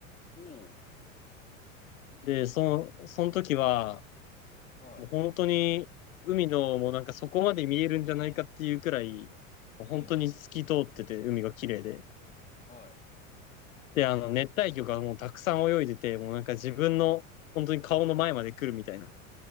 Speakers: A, on the left; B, on the left.
A: おお。
B: で、その、その時は、
A: は
B: もう本当に、海の、もうなんかそこまで見えるんじゃないかっていうくらい、もう本当に透き通ってて、
A: い。うん。
B: 海が綺麗で。
A: はい。
B: で、あの、熱帯魚がもうたくさん泳いでて、もうなんか自分の、本当に顔の前まで来るみたいな。